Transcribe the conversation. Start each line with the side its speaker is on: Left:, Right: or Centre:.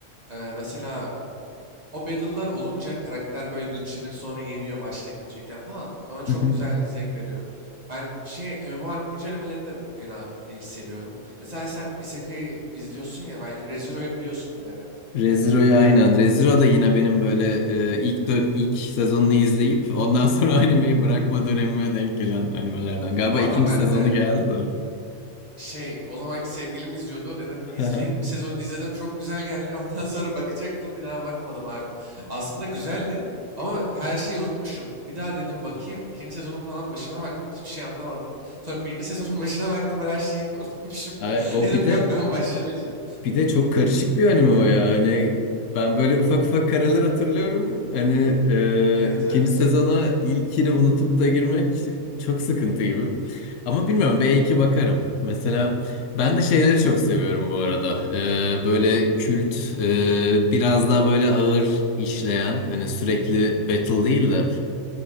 Right: e, mesela o battle'lar olunca karakter böyle güçlenip sonra yeniyor başta kötüyken falan. Bana çok
Left: Hı hı.
Right: güzel zevk veriyor. Ben şey MMORPG animelerini de fena değil seviyorum. Mesela sen Isekai'yi izliyorsun ya belki ReZero'yu biliyorsundur garanti.
Left: Reziro'yu aynen. Reziro da yine benim böyle e, ilk dön ilk sezonunu izleyip ondan sonra <laughs> animeyi bırakma dönemime denk gelen animelerden. Galiba
Right: Bu arada
Left: ikinci
Right: ben
Left: sezonu
Right: de
Left: geldi de.
Right: Şey, o zamanki sevgilim izliyordu. Dedim izleyeyim.
Left: Hı hı.
Right: Bir sezon izledim. Çok güzel geldi. <laughs> Ondan sonra bakacaktım. Bir daha bakmadım abi. Aslında güzeldi ama her şeyi unutmuşum. Bir daha dedim bakayım. İkinci sezonun falan başına baktım. Hiçbir şey anlamadım. Sonra birinci sezonun <laughs> başına baktım. Ben her şeyi yine <laughs> unutmuşum.
Left: Ay,
Right: <laughs>
Left: o
Right: Dedim
Left: bir de
Right: yok ben başlamayacağım.
Left: Bir de çok karışık bir anime o ya. Hani ben böyle ufak ufak karalar hatırlıyorum. Hani e,
Right: Evet
Left: ikinci
Right: evet.
Left: sezona ilkini unutup da girmek çok sıkıntı gibi. Ama bilmiyorum belki bakarım. Mesela ben de şeyleri çok seviyorum bu arada. E, böyle kült e, biraz daha böyle ağır işleyen hani sürekli battle değil de